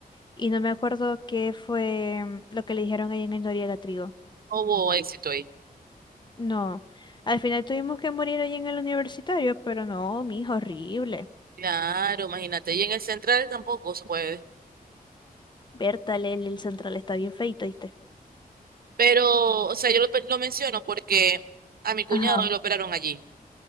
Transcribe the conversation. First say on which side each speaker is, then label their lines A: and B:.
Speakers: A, on the left (about 30°); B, on the right (about 75°).
A: y no me acuerdo qué fue mm, lo que le dijeron ahí en el Noriega Trigo.
B: No Hubo éxito ahí.
A: No, al final tuvimos que morir ahí en el universitario, pero no, mi hijo, horrible.
B: Claro, imagínate. Y en el Central tampoco se puede.
A: Berta, el, el central está bien feito, ¿viste?
B: Pero, o sea, yo lo, lo menciono porque a mi cuñado
A: Ajá,
B: lo operaron allí